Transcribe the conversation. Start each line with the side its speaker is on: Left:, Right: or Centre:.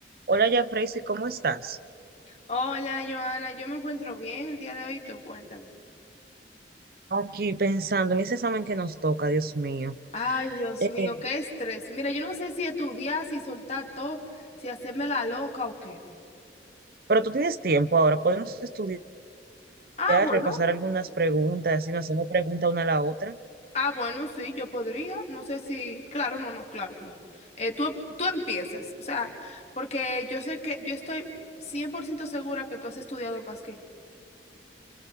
Right: Hola, ya Freysi, ¿cómo estás?
Left: Hola, Joana, yo me encuentro bien el día de hoy, tú cuéntame.
Right: Aquí pensando en ese examen que nos toca, Dios mío.
Left: Ay, Dios
Right: Eh,
Left: mío, qué estrés. Mira, yo no sé si estudiar, si soltar todo, si hacerme la loca o qué.
Right: pero tú tienes tiempo ahora, podemos estudiar,
Left: Ah, bueno,
Right: repasar algunas preguntas, así nos hacemos pregunta una a la otra.
Left: ah, bueno, sí, yo podría, no sé si, claro, no, no, claro, claro. Eh, tú, tú empiezas, o sea, porque yo sé que, yo estoy 100% segura que tú has estudiado más que